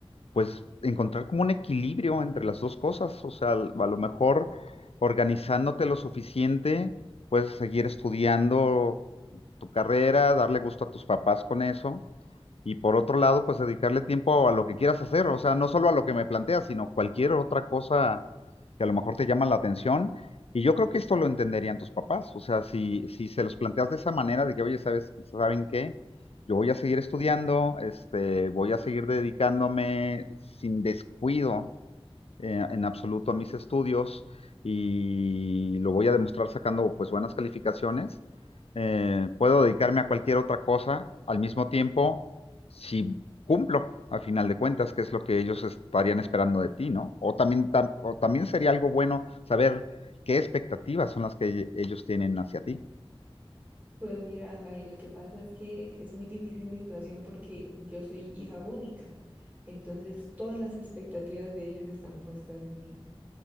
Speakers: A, on the left; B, on the right.
A: pues, encontrar como un equilibrio entre las dos cosas. O sea, al- a lo mejor organizándote lo suficiente, puedes seguir estudiando tu carrera, darle gusto a tus papás con eso. Y por otro lado, pues dedicarle tiempo a lo que quieras hacer, o sea, no solo a lo que me planteas, sino cualquier otra cosa que a lo mejor te llama la atención y yo creo que esto lo entenderían tus papás. O sea, si, si se los planteas de esa manera, de que, oye, ¿sabes, ¿saben qué? Yo voy a seguir estudiando, este, voy a seguir dedicándome sin descuido eh, en absoluto a mis estudios y lo voy a demostrar sacando pues buenas calificaciones. Eh, puedo dedicarme a cualquier otra cosa al mismo tiempo si cumplo, al final de cuentas, que es lo que ellos estarían esperando de ti, ¿no? O también, tam- o también sería algo bueno saber qué expectativas son las que ellos tienen hacia ti.
B: Pues mira, Jair, lo que pasa es que es muy difícil mi situación porque yo soy hija única, entonces todas las expectativas de ellos están puestas en mí.